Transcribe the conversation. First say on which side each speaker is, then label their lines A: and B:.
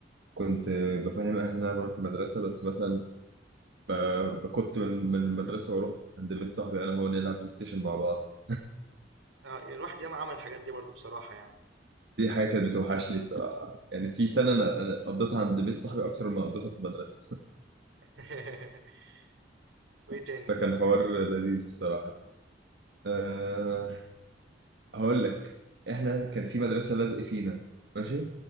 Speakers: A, on the right; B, on the right.
A: كنت آه، بفهم اهلي ان انا بروح المدرسه بس مثلا آه، كنت من من المدرسه واروح عند بيت صاحبي انا هو نلعب بلاي ستيشن مع بعض
B: آه الواحد ياما عمل الحاجات دي برضو بصراحة يعني
A: دي حاجة كانت بتوحشني الصراحة يعني في سنة أنا أنا قضيتها عند بيت صاحبي أكتر ما قضيتها في المدرسة
B: <laughs> وايه
A: <laughs>
B: تاني
A: فكان حوار لذيذ الصراحة أه هقول لك إحنا كان في مدرسة لازق فينا ماشي